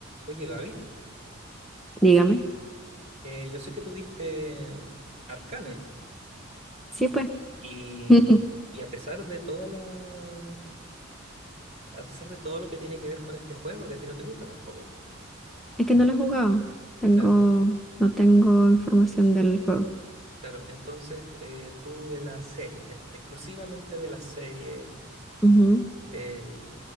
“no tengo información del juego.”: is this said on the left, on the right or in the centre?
Centre